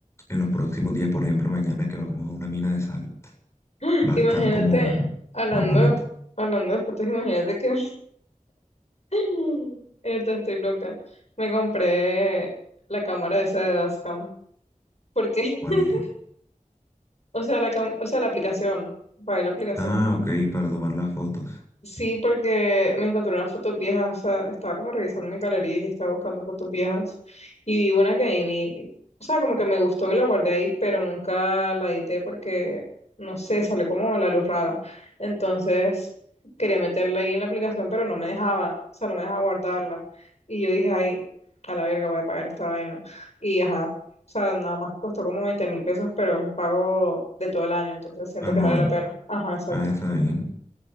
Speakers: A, on the left; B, on the left.
A: en los próximos días, por ejemplo, mañana que vamos a una mina de sal,
B: <gasps>
A: va
B: Imagínate,
A: a estar como
B: hablando,
A: más bonito.
B: hablando de fotos, imagínate que me- <laughs> Ahorita estoy loca. Me compré la cámara esa de Dascam. Porque, <laughs>
A: ¿Cuál es?
B: o sea, la cam- o sea, la aplicación. Pagué la aplicación.
A: Ah, ok, para tomar las fotos.
B: Sí, porque me encontré unas fotos viejas, o sea, estaba como revisando mi galería y estaba buscando fotos viejas y vi una que ahí, me- o sea, como que me gustó y la guardé ahí, pero nunca la edité porque, no sé, salió como la luz rara. Entonces, quería meterla ahí en la aplicación, pero no me dejaba, o sea, no me dejaba guardarla. Y yo dije, ay, a la verga, voy a pagar esta vaina. Y ajá, o sea, nada más costó como veinte mil pesos, pero es un pago de todo el año, entonces siento
A: Anual.
B: que vale la pena. Ajá, exacto.
A: Ah, está bien.